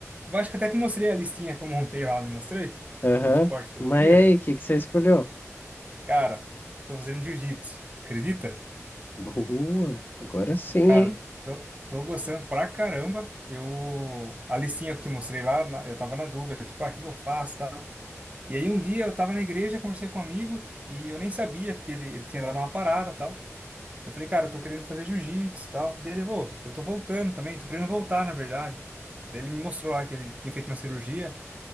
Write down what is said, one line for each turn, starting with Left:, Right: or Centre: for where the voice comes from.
Right: Eu acho que até te mostrei a listinha que eu montei lá, não mostrei?
Left: Aham.
Right: Dos esportes que eu
Left: Mas
Right: queria.
Left: e aí, o que que você escolheu?
Right: Cara, tô fazendo jiu-jitsu. Acredita?
Left: Boa. Agora sim,
Right: Cara,
Left: hein?
Right: tô, tô gostando pra caramba. Eu a listinha que eu te mostrei lá, na- eu tava na dúvida, tipo, ah, o que que eu faço, tá? E aí um dia eu tava na igreja, conversei com um amigo e eu nem sabia, porque ele, ele tinha dado uma parada e tal. Eu falei, cara, eu tô querendo fazer jiu-jitsu e tal. Daí ele, "Vô, eu tô voltando também, tô querendo voltar, na verdade. Daí ele me mostrou lá que ele tinha feito uma cirurgia,